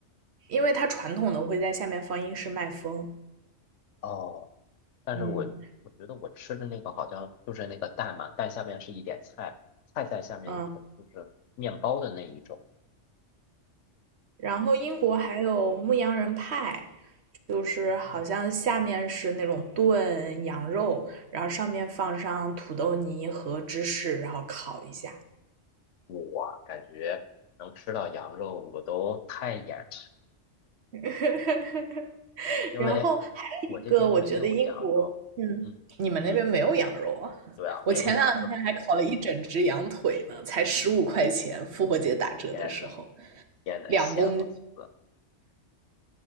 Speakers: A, on the right; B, on the left.
A: 因为它传统的会在下面放英式麦风，
B: 哦，但是我我觉得我吃的那个好像就是那个蛋嘛，
A: 嗯
B: 蛋下面是一点菜，菜在下面可能就是面包的那一种。
A: 嗯。然后英国还有牧羊人派，就是好像下面是那种炖羊肉，
B: 嗯
A: 然后上面放上土豆泥和芝士，然后烤一下。
B: 我啊感觉能吃到羊肉，我都太眼馋，
A: <laughs>
B: 因为
A: 然后还有一个，
B: 我这边没有羊肉。
A: 我觉得英国，嗯，
B: 嗯，
A: 你们那边没有羊肉啊？
B: 对啊，
A: 我前两天还烤了一整只羊腿呢，
B: 没有羊肉。
A: 才十五块钱，复活节打折的时候，
B: 天呐，天呐，
A: 两公
B: 羡慕死了